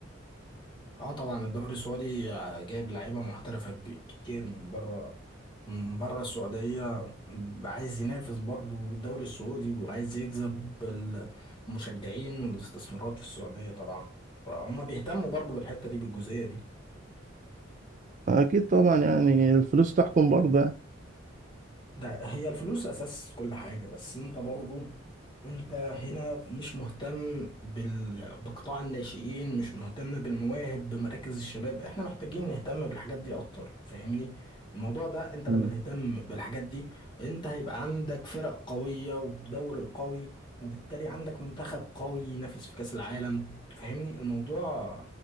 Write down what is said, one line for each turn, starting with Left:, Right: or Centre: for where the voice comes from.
Left: اه طبعا الدوري السعودي جايب لعيبه محترفه كب- كتير من بره من بره السعوديه عايز ينافس برضه الدوري السعودي وعايز يجذب المشجعين والاستثمارات في السعوديه طبعا فهم بيهتموا برضه بالحته دي بالجزئيه دي
Right: أكيد طبعا يعني الفلوس تحكم برضه يعني.
Left: ده هي الفلوس اساس كل حاجة بس انت برضو انت هنا مش مهتم بال... بقطاع الناشئين مش مهتم بالمواهب بمراكز الشباب احنا محتاجين نهتم بالحاجات دي اكتر فاهمني الموضوع ده انت
Right: مم.
Left: لما تهتم بالحاجات دي انت هيبقى عندك فرق قوية ودوري قوي وبالتالي عندك منتخب قوي ينافس في كأس العالم فاهمني الموضوع